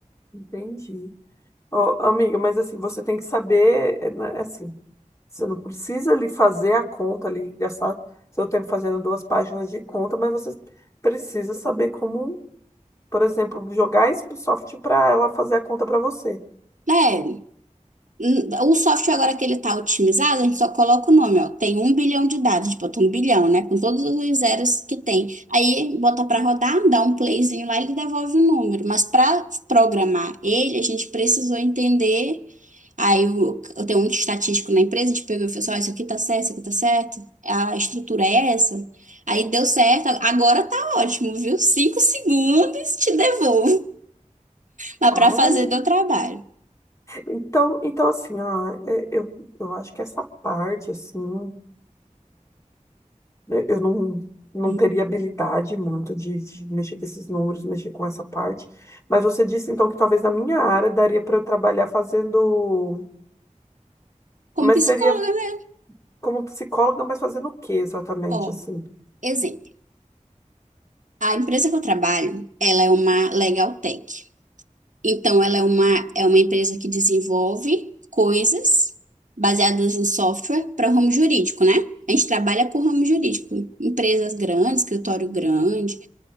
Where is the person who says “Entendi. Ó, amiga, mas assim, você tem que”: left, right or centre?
Left